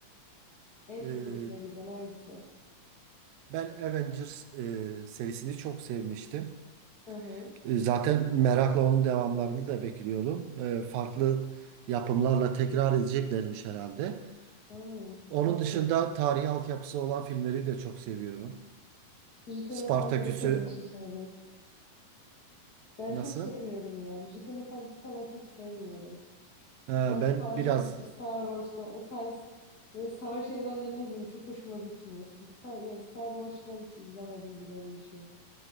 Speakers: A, on the left; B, on the right.
A: En
B: E,
A: çok hoşuna giden hangisi?
B: ben Avengers e, serisini çok sevmiştim.
A: Hı hı.
B: E, Zaten merakla onun devamlarını da bekliyorum. E, Farklı yapımlarla tekrar edeceklermiş herhalde.
A: Hı.
B: Onun Oo, dışında tarihi altyapısı olan filmleri de çok seviyorum. tabii tabii.
A: Yüzüklerin
B: Spartaküs'ü
A: Efendisi'ni seviyorsun sanırım. Ben
B: nasıl?
A: çok sevmiyorum ya. Yüzüklerin Efendisi falan çok sevmiyorum.
B: E,
A: Mesela
B: Ben
A: Spartacus,
B: biraz,
A: Star Wars falan o tarz böyle savaş evrenleri ne bileyim çok hoşuma gitmiyor. Star, yani Star Wars falan hiç izlemedim bile öyle bir şey.